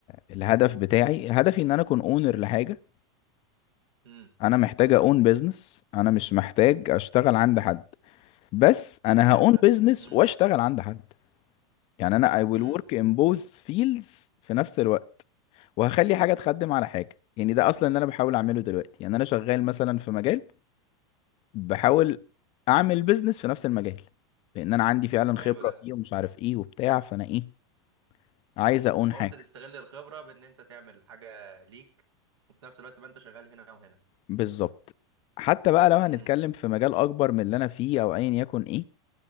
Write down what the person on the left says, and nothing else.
الهدف بتاعي هدفي ان انا اكون اونر لحاجه
انا محتاج اون بيزنس انا مش محتاج اشتغل عند حد بس انا
هاون
بيزنس
واشتغل عند حد يعني انا I will
work in both fields في نفس الوقت وهخلي حاجه تخدم على حاجه يعني ده اصلا اللي انا بحاول اعمله دلوقتي يعني انا شغال مثلا في مجال بحاول اعمل بيزنس في نفس المجال لان انا عندي فعلا خبرة
فيه ومش عارف ايه وبتاع فانا ايه عايز اقون
حاجة
بالظبط حتى بقى لو هنتكلم
في مجال اكبر من اللي انا فيه او ايا يكن ايه